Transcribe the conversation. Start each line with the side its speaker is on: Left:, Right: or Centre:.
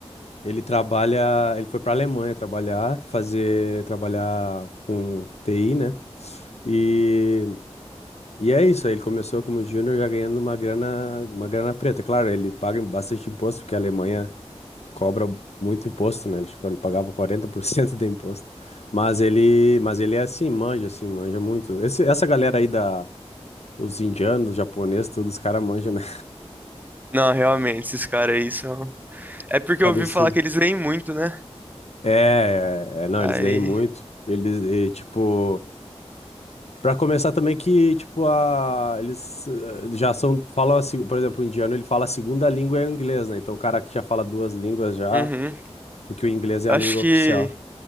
Left: ele trabalha, ele foi para Alemanha trabalhar, fazer, trabalhar com TI, né? E, e é isso, aí ele começou como júnior já ganhando uma grana, uma grana preta. Claro, ele paga bastante imposto, porque a Alemanha cobra muito imposto, né? Ele, acho que ele pagava 40% de imposto. Mas ele, mas ele é assim, manja, assim, manja muito. Esse, essa galera aí da, os indianos, japoneses, todos os caras manjam, né?
Right: Não, realmente, esses caras aí são. É porque
Left: <laughs> Cabeçudo.
Right: eu ouvi falar que eles leem muito, né?
Left: É, é, é, não,
Right: Aí,
Left: eles leem muito. Eles, e, tipo, pra começar também que, tipo, a, eles eh, já são, falam, a se- por exemplo, o indiano, ele fala a segunda língua é o inglês, né? Então o cara que já fala duas línguas já,
Right: uhum.
Left: porque o inglês é
Right: Acho
Left: a língua
Right: que
Left: oficial.